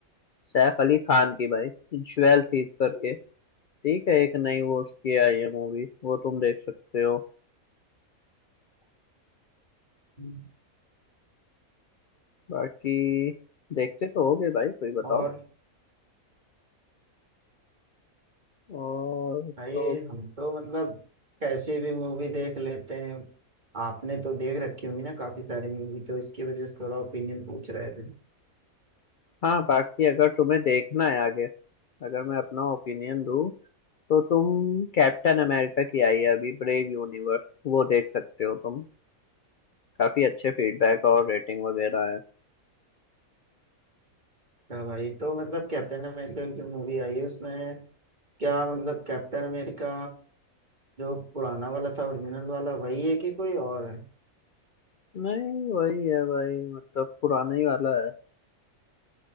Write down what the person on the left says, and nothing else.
सैफ अली खान की भाई ज्वेल थी करके ठीक है एक नई वो उसकी आई है मूवी वो तुम देख सकते हो
बाकी देखते तो होगे भाई कोई बताओ
और
तो
हाँ बाकी अगर तुम्हें देखना है आगे अगर मैं अपना ओपिनियन दूँ तो तुम कैप्टन अमेरिका की आई है अभी ब्रेव यूनिवर्स वो देख सकते हो तुम काफी अच्छे फीडबैक और रेटिंग वगैरह है
नहीं वही है भाई मतलब पुराना ही वाला है